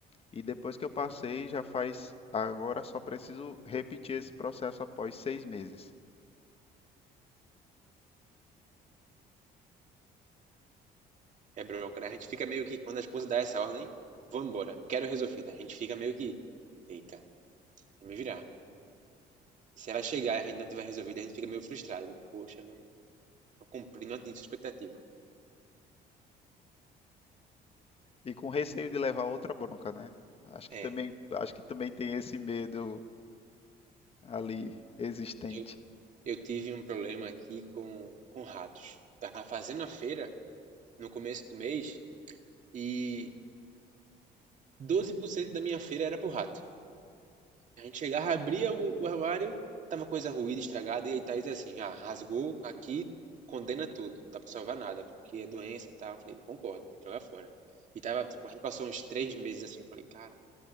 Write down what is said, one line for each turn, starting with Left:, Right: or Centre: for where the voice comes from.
Left: E depois que eu passei, já faz. Agora só preciso repetir esse processo após seis meses.
Right: É bronca, né? A gente fica meio que, quando a esposa dá essa ordem, vou embora, quero resolvida. A gente fica meio que, eita, vou me virar. Se ela chegar e a gente não tiver resolvido, a gente fica meio frustrado. Digo, poxa, não, Tô cumprindo, a sua expectativa.
Left: E com receio de levar outra bronca, né? Acho que
Right: É.
Left: também, acho que também tem esse medo ali existente.
Right: Eu, eu tive um problema aqui com, com ratos. Tava fazendo a feira no começo do mês e 12% da minha feira era pro rato. A gente chegava, abria o, o armário, tava coisa ruída, estragada, e aí Thaís é assim, ah, rasgou aqui, condena tudo, não dá pra salvar nada, porque é doença e tal. Eu falei, concordo, vamos jogar fora. E tava, tipo, a gente passou uns três meses assim, eu falei, caramba.